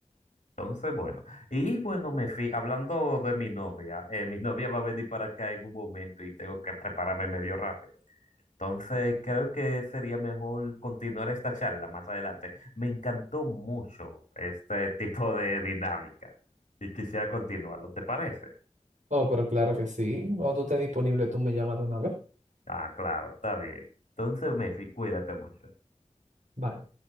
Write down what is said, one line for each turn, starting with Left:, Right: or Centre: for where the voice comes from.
Left: Entonces, bueno, y bueno, me fui, hablando de mi novia, eh, mi novia va a venir para acá en un momento y tengo que prepararme medio rápido. Entonces, creo que sería mejor continuar esta charla más adelante. Me encantó mucho este tipo de dinámica y quisiera continuarlo, ¿te parece?
Right: Oh, pero claro que sí. Cuando tú estés disponible, tú me llamas de una vez.
Left: Ah, claro, está bien. Entonces, Messi, cuídate mucho.
Right: Bye.